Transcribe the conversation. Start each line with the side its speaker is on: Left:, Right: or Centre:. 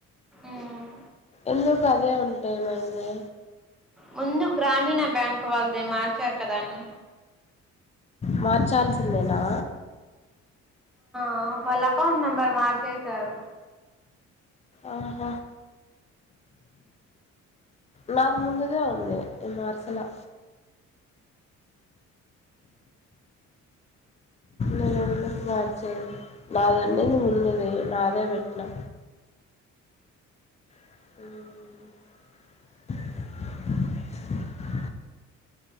Centre: ఉమ్.
Left: ఎందుకు అదే ఉంటె ఏమైంది
Centre: ముందు గ్రామీణ బ్యాంక్ వాల్ద మార్చర్ కాద అని
Left: మార్చాల్సిందేనా
Centre: ఆ హోలక్ కౌంట్ నంబర్ మార్చేశారు
Left: ఆహ నాది ముందుదే ఉంది నేన్ మార్సలా నేన్నుప్పుడు మార్చాలా నాదండేది ముందుది నాదే పెట్టినా హ్మ్